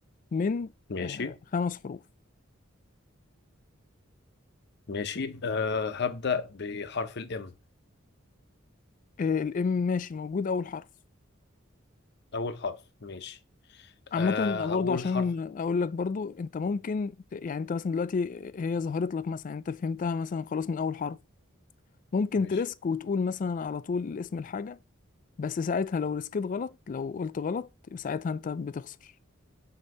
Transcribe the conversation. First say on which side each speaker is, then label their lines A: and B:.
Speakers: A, on the left; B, on the left.
A: من
B: ماشي
A: آه... خمس حروف
B: ماشي أه هبدأ بحرف الام
A: آه... الام ماشي موجود اول حرف
B: اول حرف ماشي
A: عامة
B: أه
A: برضه
B: هقول
A: عشان
B: حرف
A: اقول لك برضه انت ممكن ت- يعني انت مثلا دلوقتي هي ظهرت لك مثلا يعني انت فهمتها مثلا خلاص من اول حرف ممكن
B: ماشي
A: تريسك وتقول مثلا على طول اسم الحاجة بس ساعتها لو ريسكيت غلط لو قلت غلط يبقى ساعتها انت بتخسر